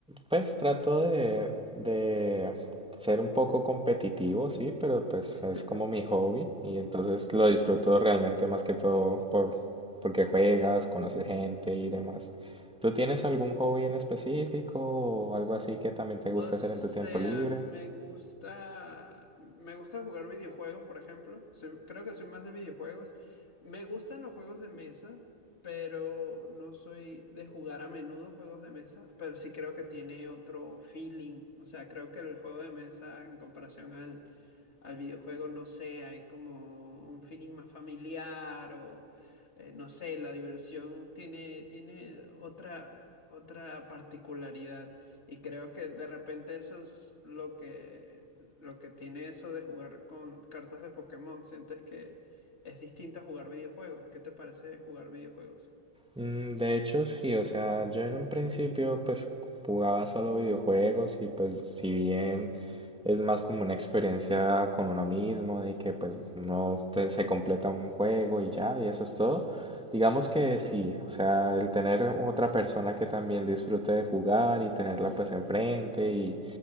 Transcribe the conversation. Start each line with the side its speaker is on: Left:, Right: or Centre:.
Centre: Pues trato de, de ser un poco competitivo, sí, pero pues
Left: <laughs>
Centre: es como mi hobby y entonces lo disfruto realmente más que todo por, porque juegas, conoces gente y demás. ¿Tú tienes algún hobby en específico o algo así que también te gusta
Left: O sea,
Centre: hacer en tu tiempo libre?
Left: me gusta, me gusta jugar videojuegos, por ejemplo. Soy- creo que soy más de videojuegos. Me gustan los juegos de mesa, pero no soy de jugar a menudo juegos de mesa, pero sí creo que tiene otro feeling. O sea, creo que el juego de mesa en comparación al, al videojuego, no sé, hay como un feeling más familiar o eh, no sé, la diversión tiene, tiene otra, otra particularidad. Y creo que de repente eso es lo que, lo que tiene eso de jugar con cartas de Pokémon. Sientes que es distinto a jugar videojuegos. ¿Qué te parece jugar videojuegos?
Centre: Mm, De hecho, sí, o sea, yo en un principio pues jugaba solo videojuegos y pues si bien es más como una experiencia con uno mismo, de que pues no se completa un juego y ya, y eso es todo, digamos que sí, o sea, el tener otra persona que también disfrute de jugar y tenerla pues enfrente y